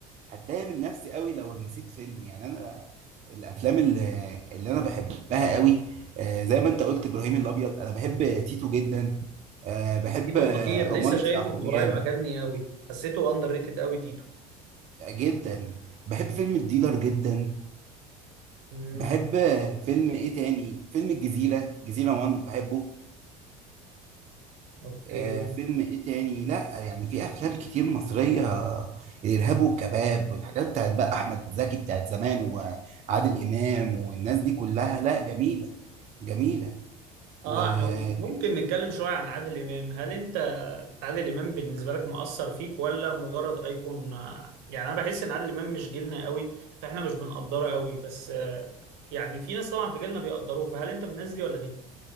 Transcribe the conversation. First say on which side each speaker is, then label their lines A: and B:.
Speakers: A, on the right (about 35°); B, on the right (about 65°).
A: هتضايق من نفسي قوي لو نسيت فيلم يعني انا الافلام اللي, اللي انا بحبها قوي آه، زي ما انت قلت ابراهيم الابيض انا بحب تيتو جدا آه، بحب
B: تيتو
A: آه،
B: خطير
A: عمارة
B: لسه شايفه
A: يعقوبيان
B: من قريب عجبني قوي حسيته اندر ريتد قوي تيتو
A: جدا بحب فيلم الديلر جدا
B: مم.
A: بحب آه، فيلم ايه تاني فيلم الجزيرة جزيرة وان بحبه
B: اوكي
A: آه، فيلم ايه تاني لا يعني في افلام كتير مصرية الارهاب والكباب والحاجات بتاعت بقى احمد زكي بتاعت زمان وعادل امام والناس دي كلها لا جميلة جميلة
B: اه
A: وأنا
B: احنا ممكن نتكلم شوية عن عادل امام هل انت عادل امام بالنسبة لك مؤثر فيك ولا مجرد ايكون آه، يعني انا بحس ان عادل امام مش جيلنا قوي فاحنا مش بنقدره قوي بس آه، يعني في ناس طبعا في جيلنا بيقدروه فهل انت من الناس دي ولا دي؟